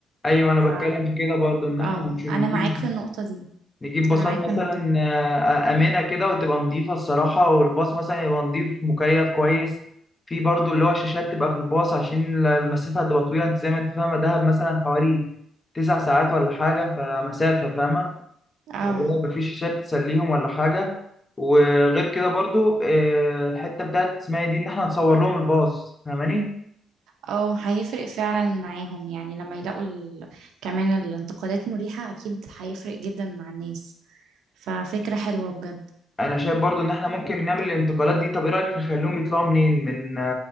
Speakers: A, on the left; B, on the right.
A: ايوه انا
B: ف
A: بتكلم في كده برضو ان احنا
B: اه
A: مش نجيب
B: انا معاك في النقطة دي
A: نجيب باصات
B: انا معاك في النقطة
A: مثلا
B: دي
A: آه، آمنة كده وتبقى نظيفة الصراحة والباص مثلا يبقى نظيف مكيف كويس في برضو اللي هو شاشات تبقى في الباص عشان المسافة هتبقى طويلة انت زي ما انت فاهمة دهب مثلا حوالي تسع ساعات ولا حاجة فمسافة فاهمة
B: اه
A: فاللي هو مفيش شاشات تسليهم ولا حاجة وغير كده برضو آه، الحتة بتاعت اسمها إيه دي ان احنا نصور لهم الباص فاهماني
B: اه هيفرق فعلا معاهم يعني لما يلاقوا ال... كمان الانتقادات مريحة اكيد هيفرق جدا مع الناس ففكرة حلوة بجد
A: انا شايف برضو ان احنا ممكن نعمل الانتقالات دي طب ايه رأيك نخليهم يطلعوا منين من